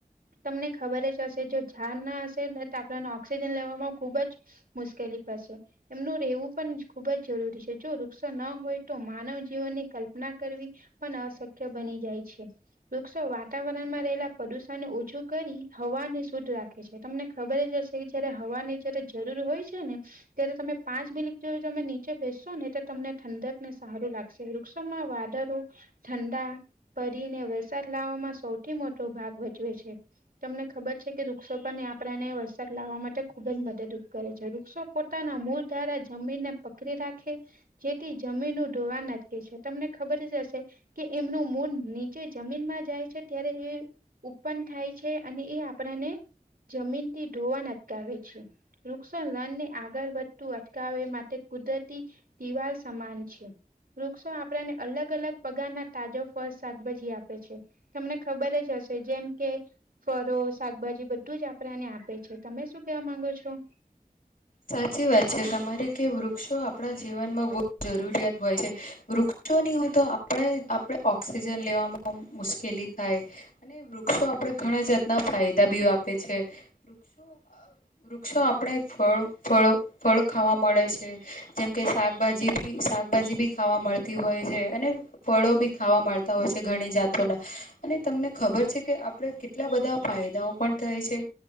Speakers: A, on the right; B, on the left.
A: તમને ખબર જ હશે જો ઝાર ના હશે ને તો, આપણને ઓક્સિજન લેવામાં ખુબ જ મુશ્કેલી પાસે એમનું રહેવું પણ ખુબ જ જરૂરી છે, જો વૃક્ષો ન હોય તો માનવ જીવનની કલ્પના કરવી પણ અશક્ય બની જાય છે. વૃક્ષો વાતાવરણ માં રહેલા પ્રદુષણને ઓછું કરી હવા ને શુદ્ધ રાખે છે. તમને ખબર જ હશે કે જયારે હવાની જયારે જરૂર હોય છે ને ત્યારે તમે પાંચ મિનિટ જો તમે નીચે બેસશો ને તો તમને ઠંડક ને સારું લાગે વૃક્ષોમાં વાદારો ઠંડા પરીને વરસાદ લાવવામાં સૌથી મોટો ભાગ ભજવે છે તમને ખબર છે કે વૃક્ષો પણ આપડાને વરસાદ લાવવા માટે ખુબ જ મદદરૂ કરે છે વૃક્ષો પોતાના મૂળ દ્વારા જમીનને પકડી રાખે, જેથી જમીન ડોવાન અટકે છે, તમને ખબર જ હશે કે એમનું મૂન નીચે જમીનમાં જાય છે ત્યારે એ ઉપન્ન થાય છે અને એ આપણા ને જમીન થી ધોવાણ નટકાવે છે. વૃક્ષો રણ ને આગળ વધતું અટકાવે માટે કુદરતી દિવાલ સમાન છે વૃક્ષો આપણાને અલગ-અલગ પગાર ના તાજો ફળ, શાકભાજી આપે છે તમને ખબર જ હશે જેમ કે ફળ શાકભાજી બધું જ આપણાને આપે છે, તમે શું કેવા માંગો છો?
B: સાચી વાત છે તમારે કે વૃક્ષો આપણા જીવનમાં બહુ જરૂરિયાત હોય છે વૃક્ષ શું નહ હોય તો આપણે આપણે ઓક્સિજન લેવામાં મુશ્કેલી થાય અને વૃક્ષો આપડે ઘણા જાતના ફાયદા બી આપે છે વૃક્ષો વૃક્ષો આપણે ફળ ફળ ફળ ખાવા મળે છે. જેમ કે શાકભાજી બી શાકભાજી બી ખાવા મળતી હોય છે જે અને ફળો બી ખાવા મળતા હોય છે, ઘણી જાતોના અને તમને ખબર છે કે આપડ કેટલા બધા ફાયદાઓ પણ થાય છે